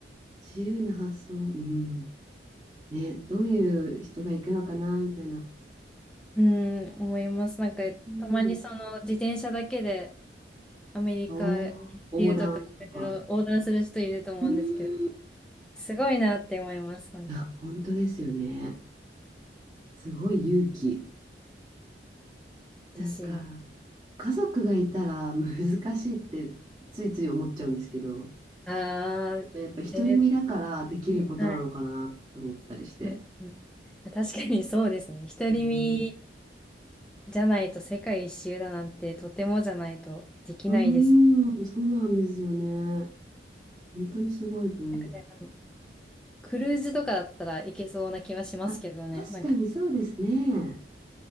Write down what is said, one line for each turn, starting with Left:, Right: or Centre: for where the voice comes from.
Right: 自由な発想。うん。ね、どういう人が行くのかな、みたいな。
Centre: うん、思います。なんかたまにその自転車だけで
Right: うん。
Centre: アメリカ一周とかいろいろ横断する人いると思うんですけど、
Right: おー、横断とか。うん。い
Centre: すごいなって思います。なんか、
Right: や、本当ですよね。すごい勇気。
Centre: ですよね。
Right: なんか、家族がいたら難しいってついつい思っちゃうんですけど、
Centre: ああ、
Right: なんかやっぱ独り身だからできることなのかなと思ったりして。
Centre: 絶対、はい。うんうん、確かにそうですね。独り身
Right: うん、
Centre: じゃないと世界一周だなんてとてもじゃないとできないです。
Right: うーんそうなんですよね。本当にすごいと思う。
Centre: なんかね、クルーズとかだったらいけそうな気はしますけどね。
Right: あ、確かにそうですね。
Centre: なんか